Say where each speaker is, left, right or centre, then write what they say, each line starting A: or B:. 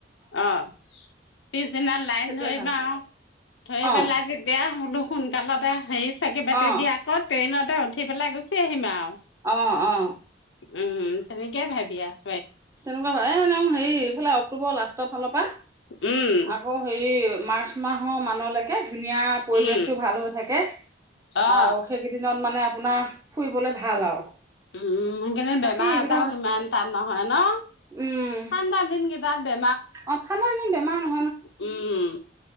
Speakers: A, on the left; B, on the right.
A: অ'। পিছদিনা লাইন
B: সেইটোৱে
A: ধৰিম আৰু
B: ভাল
A: ধৰি
B: অ
A: পেলাই হলো সোনকালতে হেৰি চাকি বতি
B: অ',
A: দি আকৌ ট্ৰেইনতে উঠি পেলাই গুচি আহিম আৰু
B: অ', অ',।
A: উম, তেনেকে ভাবি‌ আছ
B: তেনেকুৱা ভাই এ, হেৰি এইফালে অক্টোবৰ লাষ্টৰ ফালৰ পা,
A: উম
B: আকৌ হেৰি মাৰ্চ মাহৰ মানলকে ধুনীয়া পৰিৱেশতটো
A: উম
B: ভাল হৈ থাকে
A: অ
B: আৰু সেইকেইদিনত মানে আপোনাৰ ফুৰিবলে ভাল আৰু।
A: উম, সেইকাৰণে
B: বাকী
A: বেমাৰ
B: এইকেইটা
A: আজাৰো ইমানতা নহয় ন?
B: উম,
A: ঠাণ্ডা দিন গিতাদ বে
B: অ', ঠাণ্ডা দিনত বেমাৰ ন
A: উম,